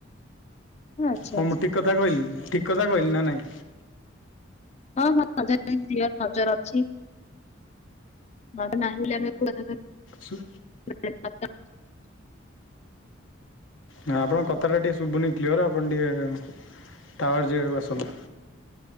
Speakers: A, on the left; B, on the left.
A: ଆଚ୍ଛା
B: ହଁ
A: ଆଚ୍ଛା
B: ମୁଁ ଠିକ କଥା କହିଲି ଠିକ କଥା କହିଲି ନା ନାଇଁ?
A: ହଁ ହଁ ଜିବର ନଜର ଅଛି। ମ ନାହିଁ ବୋଲି ଆମେ
B: ସୁ
A: ହ୍ୟାଡ଼।
B: ନା ଆପଣଙ୍କ କଥାଟା ଟିକେ ଶୁଭୁନି କ୍ଲିଅର ଆପଣ ଟିକେ ଟାୱାର ଯାଗାକୁ ଆସନ୍ତୁ।